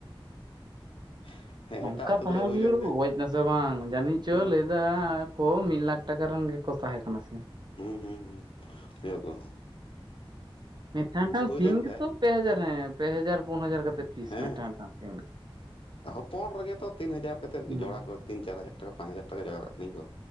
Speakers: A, on the left; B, on the right.
A: <unintelligible>
B: ᱱᱚᱝᱠᱟ
A: ᱟᱹᱛᱩ
B: ᱛᱟᱦᱟᱸᱲ
A: ᱠᱚᱨᱮ ᱦᱩᱭ
B: ᱵᱤᱦᱟᱲ
A: ᱞᱮᱱ ᱠᱷᱟᱡ
B: ᱠᱚ ᱜᱚᱡ ᱱᱟ ᱥᱮ ᱵᱟᱝ ᱡᱟᱹᱱᱤᱡ ᱪᱚ
A: ᱦᱮᱸ
B: ᱞᱟᱹᱭ ᱮᱫᱟ ᱠᱚ ᱢᱤᱫ ᱞᱟᱠᱷ ᱴᱟᱠᱟ ᱨᱮᱱ ᱜᱮᱠᱚ ᱛᱟᱦᱮᱸ ᱠᱟᱱᱟ ᱥᱤᱢ
A: ᱦᱩᱸ ᱦᱩᱸ ᱦᱩᱸ ᱠᱦᱩᱭᱩᱜ-ᱟ᱾
B: ᱢᱮᱫᱴᱟᱝ ᱴᱟᱝ ᱥᱤᱢ
A: ᱞᱮᱱ ᱠᱷᱟᱡ
B: ᱜᱮᱛᱚ ᱯᱮ ᱦᱟᱡᱟᱨ ᱦᱮ ᱯᱮ ᱦᱟᱡᱟᱨ ᱯᱩᱱ ᱦᱟᱡᱟᱨ ᱠᱟᱛᱮ ᱯᱤᱥ
A: ᱦᱮᱸ
B: ᱢᱤᱫᱴᱟᱝ ᱥᱤᱢ
A: ᱦᱚᱯᱚᱱ ᱨᱮᱜᱮ ᱛᱚ ᱛᱤᱱ ᱦᱟᱡᱟᱨ ᱠᱟᱛᱮᱫ
B: ᱦᱮᱸ
A: ᱡᱚᱲᱟ ᱠᱚ ᱛᱤᱱ ᱪᱟᱨ ᱦᱟᱡᱟᱨ ᱴᱟᱠᱟ ᱯᱟᱸᱪ ᱦᱟᱡᱟᱨ ᱴᱟᱠᱟ ᱡᱚᱲᱟ ᱠᱚ ᱟᱠᱷᱨᱤᱧ ᱠᱚ᱾